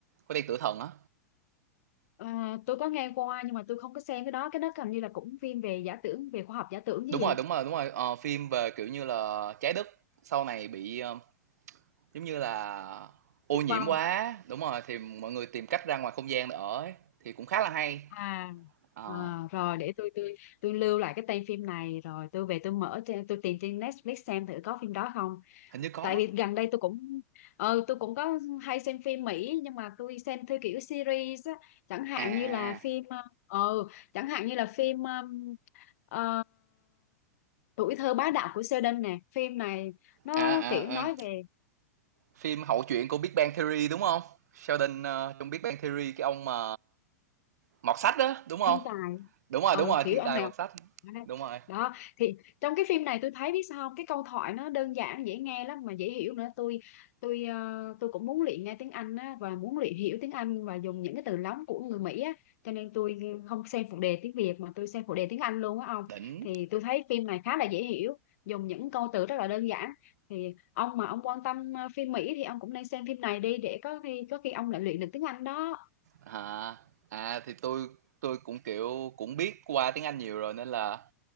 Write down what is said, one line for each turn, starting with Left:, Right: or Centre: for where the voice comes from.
Right: Hố Đen Tử Thần á.
Left: à, tôi có nghe qua nhưng mà tôi không có xem cái đó cái đó hình như là cũng phim về giả tưởng về khoa học giả tưởng chứ
Right: Đúng
Left: gì
Right: rồi, đúng rồi, đúng rồi, ờ, phim về, kiểu như là, Trái Đất sau này bị, ờ Giống như là ô
Left: diệt
Right: nhiễm
Left: vong
Right: quá, đúng rồi, thì mọi người tìm cách ra ngoài không gian để ở ấy, thì cũng khá là hay.
Left: à
Right: Ờ,
Left: ờ rồi để tôi tôi tôi lưu lại cái tên phim này rồi tôi về tôi mở trên tôi tìm trên Netflix xem thử có phim đó không
Right: hình như có.
Left: tại vì gần đây tôi cũng ờ, tôi cũng có hay xem phim Mỹ nhưng mà tôi xem theo kiểu series á chẳng hạn
Right: À,
Left: như là
Right: à,
Left: phim ờ ờ, chẳng hạn như là phim um, ờ, tuổi thơ bá đạo của Sheldon nè phim này nó
Right: à,
Left: kiểu
Right: à,
Left: nói
Right: à, ừ.
Left: về
Right: Phim hậu truyện của Big Bang Theory đúng không? Sheldon ờ, trong Big Bang Theory cái ông mà mọt sách đó, đúng không?
Left: thiên tài
Right: Đúng rồi,
Left: ờ
Right: đúng rồi,
Left: kiểu
Right: thiên
Left: ông
Right: tài
Left: này
Right: mọt
Left: ông
Right: sách.
Left: này.
Right: Đúng rồi,
Left: đó thì trong cái phim này tôi thấy biết sao không cái câu thoại nó đơn giản dễ nghe lắm mà dễ hiểu nữa tôi tôi ờ, tôi cũng muốn luyện nghe tiếng Anh á và muốn luyện hiểu tiếng Anh và dùng những cái từ lóng của người Mỹ á cho nên tôi không xem phụ đề tiếng Việt mà tôi xem phụ đề tiếng Anh luôn á ông
Right: đỉnh.
Left: thì tôi thấy phim này khá là dễ hiểu dùng những câu từ rất là đơn giản thì ông mà ông quan tâm ờ, phim Mỹ thì ông cũng nên xem phim này đi để có khi có khi ông lại luyện được tiếng Anh đó
Right: À, à thì tôi tôi cũng kiểu cũng biết qua tiếng Anh nhiều rồi nên là